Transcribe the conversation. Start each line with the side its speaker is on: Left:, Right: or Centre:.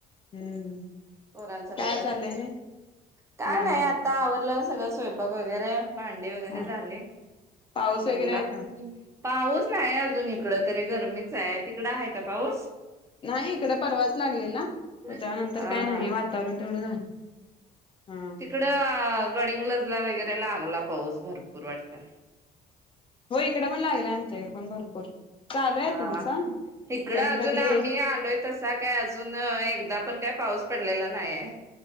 Left: हम्म.
Right: पोरांच लय
Left: काय चाललंय
Right: असतय.
Left: नाही
Right: काय
Left: हा
Right: नाही आता
Left: हा
Right: आवरलं सगळं स्वयंपाक वगैरे. भांडे वगैरे
Left: हा
Right: झाले
Left: पाऊस
Right: म्हणल.
Left: वगैरे आहे का
Right: पाऊस नाही अजून इकडं तरी गरमीच हाय तिकडं आहे का पाऊस?
Left: नाही, इकडे परवाच लागलेला त्याच्या
Right: हा
Left: नंतर काय नाही
Right: हा
Left: वा तावरून तेवढं झालं. हा
Right: तिकड गड़िंगलजला वगैरे लागला पाऊस भरपूर वाटत.
Left: होय. इकड पण लागलाय आमच्या इकडे पण भरपूर. चालू आहे
Right: हा
Left: तसा
Right: तिकडं
Left: पण
Right: अजून
Left: कधी
Right: आम्ही आलोय. तसा काय अजून एकदा पण काय पाऊस पडलेला नाही आहे.